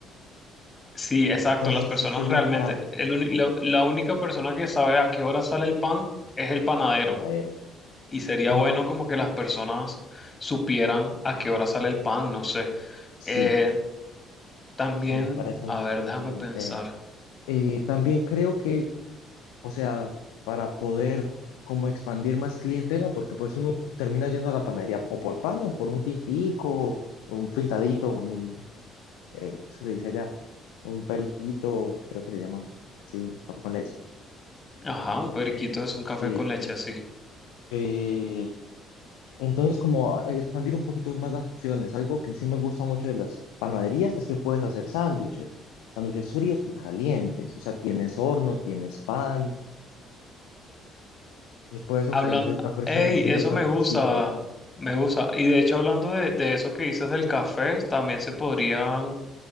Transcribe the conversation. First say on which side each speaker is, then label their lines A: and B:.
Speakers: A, on the left; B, on the left.
A: Sí, exacto,
B: Entonces
A: las personas
B: sí sería
A: realmente,
B: práctico.
A: el uni- lo- la única persona que sabe a qué hora sale el pan es el
B: sí,
A: panadero.
B: majadero.
A: Y sería
B: Mm,
A: bueno como que las personas supieran a qué hora sale el pan, no sé.
B: sí,
A: Eh, también,
B: sí, me parece
A: a
B: muy
A: ver,
B: buena
A: déjame
B: idea.
A: pensar.
B: Eh, también creo que o sea, para poder como expandir más clientela, porque pues uno termina yendo a la panadería o por pan o por un tintico, o un pintadito, un, eh, ¿cómo se le dice allá? Un periquito, creo que se llama, sí, café con leche,
A: Ajá, un periquito es un café
B: sí.
A: con leche, así.
B: Eh, entonces, como a- expandir un poquito más las opciones, algo que sí me gusta mucho de las panaderías es que puedes hacer sándwiches, sándwiches fríos y calientes, o sea, tienes horno, tienes pan, Y puedes ofrente-
A: Hablando,
B: ofrecer
A: hey
B: distintos
A: Eso
B: sanduchitos.
A: me gusta, me gusta. Y de hecho, hablando de, de eso que dices del café, también se podrían